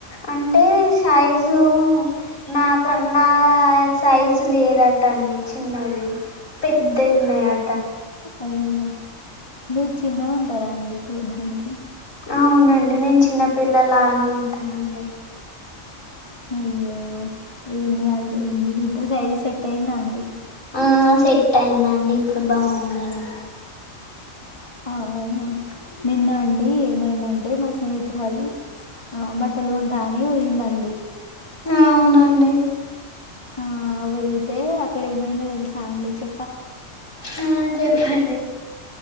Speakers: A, on the left (about 80°); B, on the left (about 20°).
A: అంటే సైజు నాక నా సైజు లేదట అం చిన్నవి పెద్ద ఉన్నాయి అ
B: అయ్యో మీరు చిన్నగా ఉంటార అండి చూడ్డానికి
A: అవునండి నేను చిన్నపిల్లలానే ఉంటానండి
B: అయ్యో ఏం కాదులేండి ఇప్పుడు సైజు సెట్ అయింద అండి
A: ఆ సెట్ అయిందండి ఇప్పుడు బాగుందండి
B: అవునా నిన్న అండి ఏమైందంటే మా స్నేహితురాలు ఆ బట్టలు కొంటా అని పోయిందండి
A: అవునండి
B: ఆ వెళ్తే అక్కడ ఏమైందో తెలుసా అండి చె
A: ఆ చెప్పండి